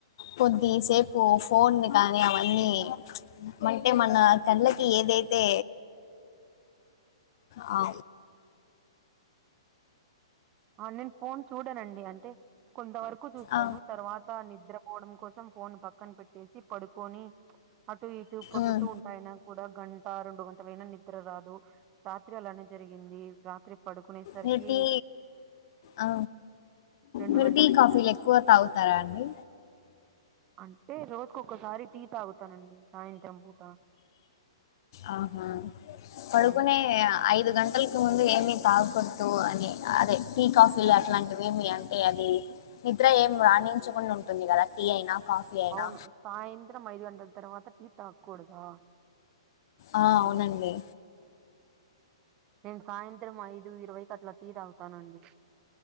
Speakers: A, on the left; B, on the right.
A: కొద్ది సేపు ఫోన్ గానీ అవన్నీ అంటే మనా కళ్ళకి ఏదైతే ఆ
B: ఆ నేన్ ఫోన్ చూడనండి అంటే కొంత వరకు చూస్తాను
A: ఆ
B: తర్వాత నిద్ర పోవడం కోసం ఫోన్ పక్కన్ పెట్టేసి పడుకోని అటు ఇటు పొర్లుతూ
A: ఉమ్
B: ఉంటా అయినా కూడా గం ట రొండు గంటలైనా నిద్ర రాదు రాత్రి అలానే జరిగింది. రాత్రి పడుకునే సరికీ
A: మీరు టీ ఆ
B: రెండు
A: మీరు
B: గంటలు
A: టీ,
B: అయిందండి
A: కాఫీలు ఎక్కువ తాగుతారా అండి
B: అంటే రోజుక్ ఒక్కసారి టీ తాగుతానండి సాయంత్రం పూట.
A: ఆహ పడుకునే
B: ఉమ్,
A: ఐదు గంటల్కి ముందు ఏమి తగ్కూ అదే టీ కాఫీలు అట్లాంటివేమి అంటే అదీ నిద్ర ఏం రాణించకుండ ఉంటుంది కదా టీ అయినా కాఫీ అయినా
B: అవును సాయంత్రం ఐదు గంటల్ తర్వాత టీ తాగ్కుడదా?
A: ఆ అవునండి
B: నేన్ సాయంత్రం ఐదు ఇరవైకట్లా టీ తాగుతానండి.